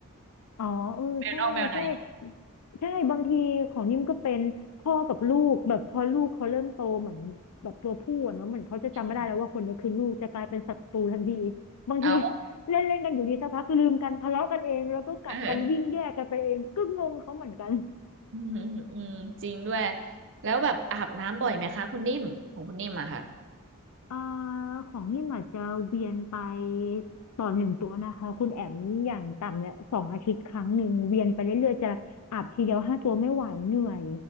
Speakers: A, on the left (about 85°); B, on the right (about 55°).
A: <laughs> อ๋อเออใช่ใช่
B: แมวนอกแมวใน
A: ใช่บางทีของนิ่มก็เป็นพ่อกับลูกแบบพอลูกเขาเริ่มโตเหมือนแบบตัวผู้อะเนาะเหมือนเขาจะจำไม่ได้แล้วว่าคนนี้คือลูกจะกลายเป็นศัตรูทันที
B: อืม
A: บางที
B: เอา
A: <laughs> เล่นเล่นกันอยู่ดีสักพักลืมกันทะเลาะกันเองแล้วก็กัดกันวิ่งแยกกันไปเองก็งงเขาเหมือนกัน
B: <laughs> เอออืมอืมอืมจริงด้วยแล้วแบบอาบน้ำบ่อยไหมคะคุณนิ่มของคุณนิ่มอะค่ะ
A: เอ่อของนี่มอาจจะเวียนไปต่อหนึ่งตัวนะคะคุณแอมอย่างต่ำเนี่ยสองอาทิตย์ครั้งหนึ่งเวียนไปเรื่อยๆจะอาบทีเดียวห้าตัวไม่ไหวเหนื่อย